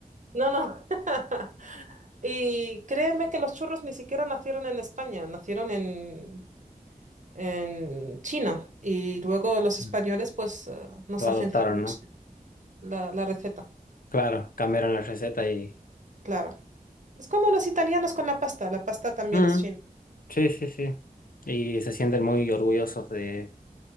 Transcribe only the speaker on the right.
No, no. <laughs> Y créeme que los churros ni siquiera nacieron en España, nacieron en, en China. Y luego los
españoles, pues, eh, nos
agenciaron
la, la receta,
claro. Es como los italianos con la pasta, la pasta también
es china.